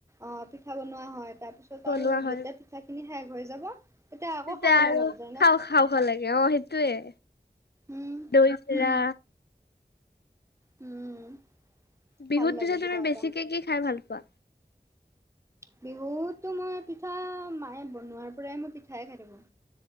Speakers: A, on the right; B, on the left.
A: অঁ পিঠা বনোৱা হয়, তাৰপিছত
B: বনোৱা
A: আৰু
B: হয়।
A: যেতিয়া পিঠাখিনি শেষ হৈ যাব। আকৌ
B: তেতিয়া
A: খাবলৈ
B: আৰু
A: মন যায় ন?
B: খাও খাও লাগে অ সেইটোয়ে
A: উম,
B: দৈ চিৰা।
A: উম, উম।
B: বিহুত
A: ভাল লাগে
B: পিছে তুমি
A: কিবা
B: বেছিকে
A: এটা।
B: কি খাই ভাল পোৱা।
A: বিহুতো মই পিঠা মায়ে বনোৱাৰ পৰাই মই পিঠাই খাই থাকো।